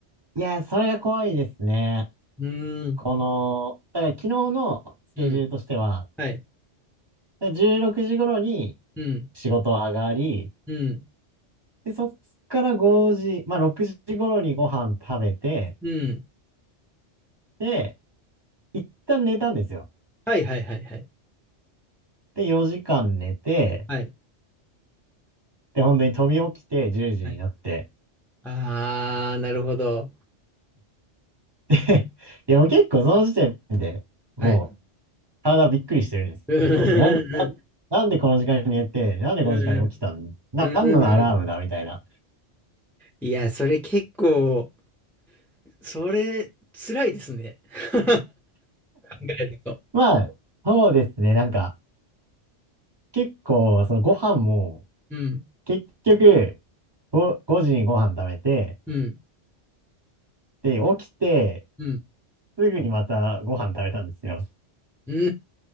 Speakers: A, on the right; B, in the centre.
A: いや、それが怖いですね。
B: うーん、
A: この、だから昨日のスケジュールとしては、
B: うん、はい、
A: だから16時頃に
B: うん、
A: 仕事上がり、
B: うん、
A: で、そっから5時、まあ6時頃にご飯食べて、
B: うん。
A: で、一旦寝たんですよ。
B: はいはいはいはい。
A: で、4時間寝て、
B: はい、
A: で、本当に飛び起きて10時になって、
B: はい。あー、なるほど。
A: で、いやもう結構その時点でもう
B: はい。
A: 体びっくりしてるんですけど、
B: う
A: なん、なんなんでこの時間に寝て、
B: ん、<laughs>
A: なんでこの時間に起きたん、
B: うん、
A: なんのアラームだみたいな。
B: うん、うん。いや、それ結構、それ、辛いですね。<laughs> 考えると。
A: まあ、そうですね。なんか、結構、そのご飯も、
B: うん、
A: 結局、5、5時にご飯食べて、
B: うん、
A: で、起きて、
B: うん。
A: すぐにまたご飯食べたんですよ。
B: うん、